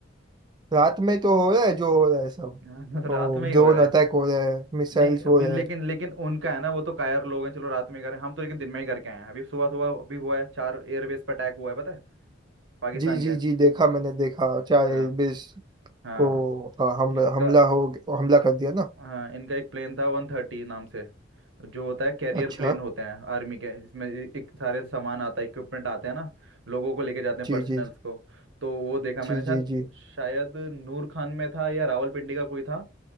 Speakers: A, on the right; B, on the right.
A: रात में तो हो रहा है जो हो रहा है सब
B: हाँ, <laughs>
A: ओ
B: रात में ही
A: ड्रोन
B: हो रहा है
A: अटैक हो रहे हैं मिसाइल्स
B: नहीं
A: हो
B: अभी
A: रहे
B: लेकिन
A: हैं
B: लेकिन उनका है ना वो तो कायर लोग हैं चलो रात में करें हम तो लेकिन दिन में ही करके आए हैं अभी सुबह सुबह अभी हुआ है चार एयरबेस पर अटैक हुआ है पता है पाकिस्तान
A: जी
B: के
A: जी जी देखा मैंने देखा चार
B: हाँ
A: एयरबेस
B: हाँ
A: को आ, हम
B: इनका
A: हमला हो हमला कर दिया ना
B: हाँ इनका एक प्लेन था वन थर्टी नाम से जो होता है कैरियर
A: अच्छा
B: प्लेन होते हैं आर्मी के इसमें ए- एक सारे सामान आता है इक्विपमेंट आते हैं ना लोगों को लेके जाते हैं
A: जी
B: पर्सनल्स
A: जी जी
B: को तो वो देखा मैंने
A: जी
B: शायद
A: जी जी
B: शायद नूर खान में था या रावलपिंडी का कोई था